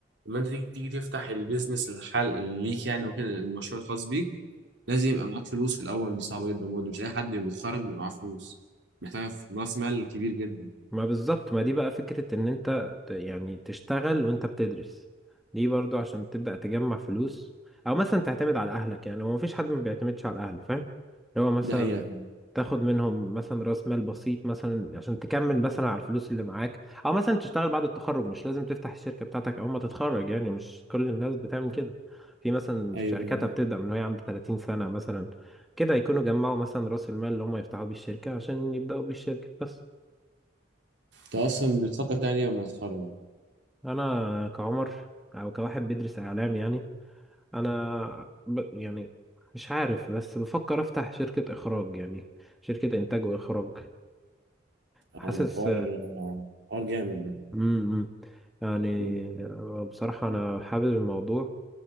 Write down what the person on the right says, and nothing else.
لما انت تيجي تيجي تفتح البيزنس الحال ليك يعني وكده المشروع الخاص بيك لازم يبقى معاك فلوس في الاول دي صعبه جدا برضه مش اي حد بيتخرج بيبقى معاه فلوس محتاج راس مال كبير جدا
دي حقيقة
أيوة
أنت أصلا بتفكر تاني لما تتخرج
آه، ده حوار آه، حوار جامد ده
مم.